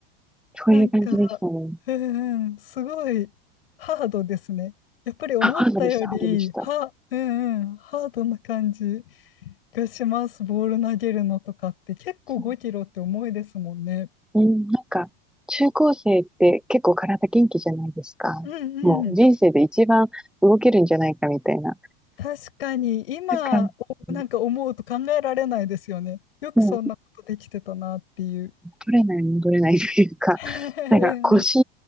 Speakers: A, in the centre; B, on the left.
A: そういう感じでしたね。
B: なんか、うん、うん、すごいハードですね。やっぱり思ったより、
A: あ、ハードでした、ハードでした。
B: は、うん、うん、ハードな感じ。がします。ボール投げるのとかって結構5キロって重いですもんね。
A: そううん、なんか、中高生って結構体元気じゃないですか。
B: うんうん。
A: もう人生で一番動けるんじゃないかみたいな
B: 確かに今おなんか思うと考えられないですよね。
A: 感じ。
B: よくそんなことできてたなっていう。
A: もう取れない戻れないというか、
B: <laughs>
A: なんか腰